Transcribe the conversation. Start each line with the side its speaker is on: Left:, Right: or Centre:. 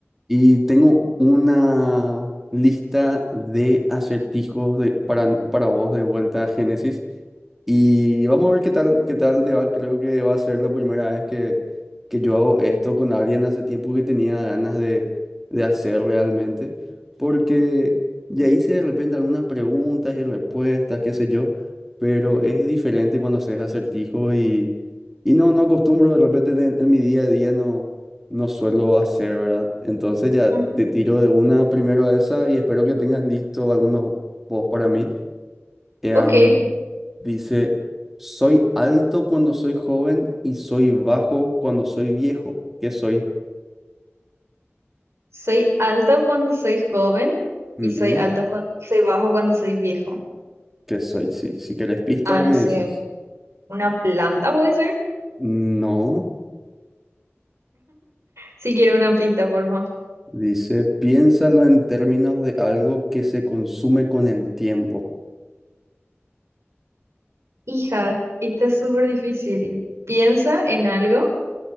Centre: Y tengo una lista de acertijos de, para, para vos de vuelta a Génesis. Y vamos a ver qué tal, qué tal te va. Creo que va a ser la primera vez que, que yo hago esto con alguien hace tiempo que tenía ganas de, de hacer realmente. Porque ya hice de repente algunas preguntas y respuestas, qué sé yo. Pero es diferente cuando haces acertijos y, y no, no acostumbro de repente en, en mi día a día, no no suelo hacer, ¿verdad? Entonces ya
Right: Ujú.
Centre: te tiro de una primero a esa y espero que tengas listo algunos posts para mí. Em,
Right: Ok,
Centre: dice, soy alto cuando soy joven y soy bajo cuando soy viejo. ¿Qué soy?
Right: soy alto cuando soy joven
Centre: Ujú,
Right: y soy alto cua- soy bajo cuando soy viejo.
Centre: ¿Qué soy? Sí, si querés pistas
Right: Ah, no
Centre: me
Right: sé,
Centre: decís.
Right: una planta puede ser.
Centre: No,
Right: Si quiero una pista, por favor.
Centre: dice, piénsalo en términos de algo que se consume con el tiempo.
Right: Hija, está es súper difícil. Piensa en algo,